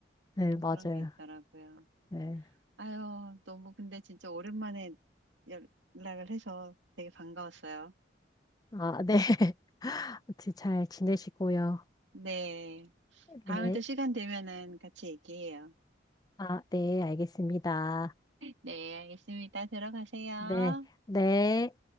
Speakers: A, on the left; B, on the right.
A: 네,
B: 음,
A: 맞아요.
B: 그런 게 있더라고요.
A: 네.
B: 아유, 너무 근데 진짜 오랜만에 연락을 해서 되게 반가웠어요.
A: 아, 네. <laughs> 아무튼 잘 지내시고요.
B: 네. 다음에
A: 네.
B: 또 시간 되면은 같이 얘기해요.
A: 아, 네, 알겠습니다.
B: 네, 알겠습니다. 들어가세요.
A: 네, 네.